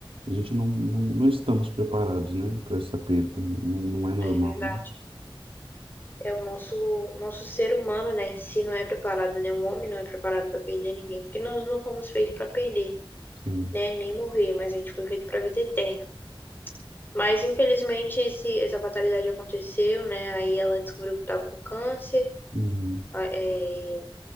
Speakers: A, on the right; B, on the left.
A: a gente não, não, não estamos preparados, né, para essa perca. Não, não é normal,
B: é verdade.
A: né?
B: É o nosso, nosso ser humano, né, em si não é preparado, né? O homem não é preparado para perder ninguém, porque nós não fomos feitos para perder,
A: Sim.
B: né, nem morrer, mas a gente foi feito para a vida eterna. Mas infelizmente esse, essa fatalidade aconteceu, né? Aí ela descobriu que estava com câncer,
A: Uhum.
B: é,